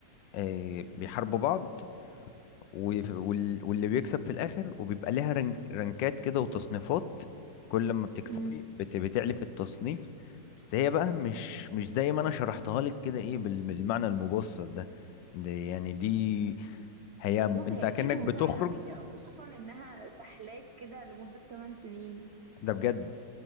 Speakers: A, on the left; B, on the right.
A: آه، بيحاربوا بعض وف- وال- واللي بيكسب في الاخر وبيبقى ليها رنك رنكات كده وتصنيفات كل ما بتكسبي
B: مم.
A: بت- بتعلي في التصنيف بس هي بقى مش مش زي ما انا شرحتها لك كده ايه بال- بالمعنى المبسط ده دي يعني دي هي انت
B: بص هي
A: كأنك
B: اكيد ممتعة
A: بتخرج
B: قوي خصوصا انها سحلاك كده لمدة 8 سنين
A: ده بجد